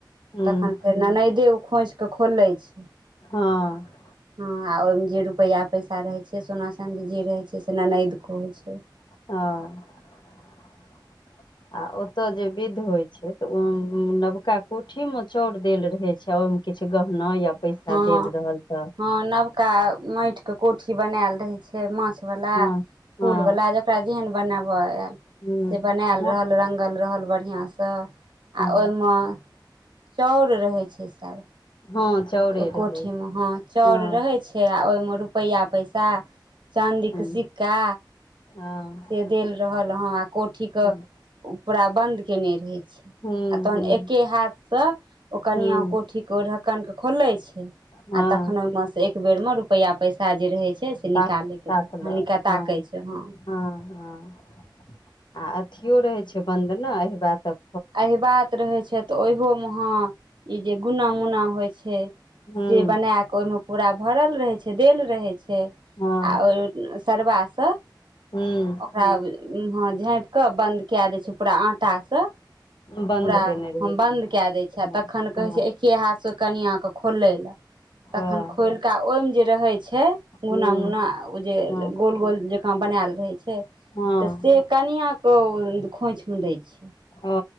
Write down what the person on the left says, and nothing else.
हुँ
हँ
हँ आ ओत जे विध होय छैय तऽ नवका कोठी मे चाउर देल रहय छैय ओहि किछु गहना या पैसा
देल रहल तऽ
हँ
हँ
हुँ
माछ
हँ
हँ चाउरे
रहै
हँ
हुँ
हँ
हुँ
हुँ
हुँ
हँ
ताक
ताकलक
हँ
हँ हँ आ अथियो रहै छैय बन्द ने एहिबातक
हुं
हँ
हुं
बन्द
केने रहै
छै।
हँ
हँ
हँ
हुं
हँ
हँ
ओ